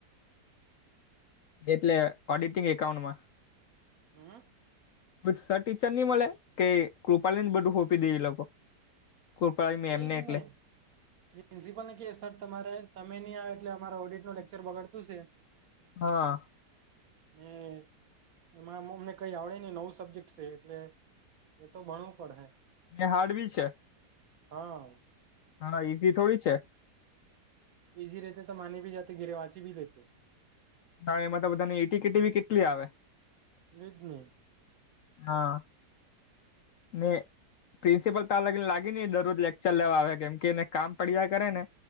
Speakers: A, on the left; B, on the right.
A: એટલે ઓડિટિંગ એકાઉન્ટમાં
B: હમ
A: સર ટીચર નહી મળે કે કૃપાલી ને બધું ફોંપી દે એ લોકો કૃપાલી મેમને
B: એજ
A: એટલે
B: ને પ્રિન્સિપલ ને ક સર તમારે તમે નહી આવે એટલે અમારા ઓડિટ નું લેક્ચર બગડતું છે. <inaudible>
A: હા
B: મે એમાં અમને કઈ આવડે નહી નવું સબ્જેક્ટ છે એટલે એ તો ભણવું પડે
A: હાડવી છે.
B: હા
A: હા ઈઝી થોડી છે.
B: ઇઝી રહેતે તો માને ભ જતે ગિરેવાજી ભી લતે
A: હા એમાં તો બધાની એટી કીટીવીી કેટલી આવે
B: એજને,
A: હા ને પ્રિન્સિપલ તોા લગીને લાગી નઈ દરરોજ લેક્ચર લેવા આવે કેમ કે એને કામ પડ્યા કરે ને